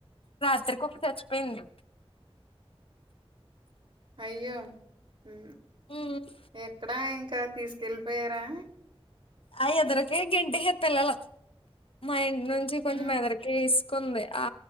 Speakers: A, on the left; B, on the right.
A: రాత్రి కుక్క చచ్చిపోయింది.
B: అయ్యో హు
A: ఉమ్
B: ఎక్కడా ఇంకా తీసుకెళ్ళిపోయారా?
A: ఆ ఎదరకే గెంటేశారు పిల్లలు మా ఇంటి నుంచి కొంచెం
B: ఉమ్,
A: ఎదరకీస్ కుంది ఆ